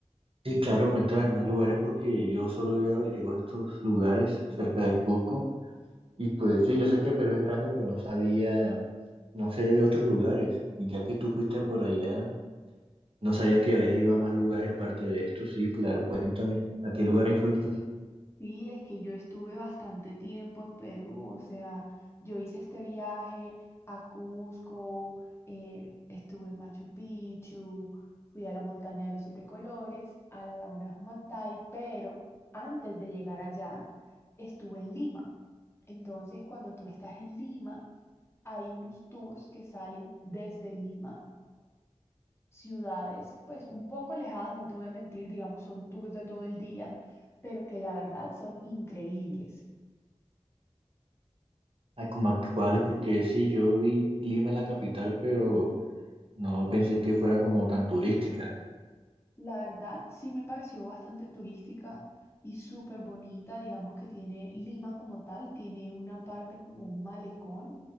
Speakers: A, on the right; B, on the left.
A: Sí, claro, cuéntame más lugares porque yo solo había averiguado estos lugares cerca de Cusco. Y pues sí, yo sé que Perú es grande, pero no sabía, no sé de otros lugares. Y Ya que tú fuiste por allá, no sabía que habías ido a más lugares aparte de estos. Sí, claro, cuéntame, ¿a qué lugares fuiste?
B: Sí, es que yo estuve bastante tiempo en Perú, o sea, yo hice este viaje a Cusco, eh, estuve en Machu Picchu, fui a la montaña de los siete colores, a la laguna de Humantay, pero antes de llegar allá estuve en Lima. Entonces, cuando tú estás en Lima, hay unos tours que salen desde Lima ciudades, pues un poco alejadas, no te voy a mentir, digamos, son tours de todo el día, pero que la verdad son increíbles.
A: ¿A como a cuáles? Porque sí, yo vi Lima la capital, pero... No pensé que fuera como tan turística.
B: La verdad sí me pareció bastante turística y súper bonita, digamos que tiene Lima como tal, tiene una parte como un malecón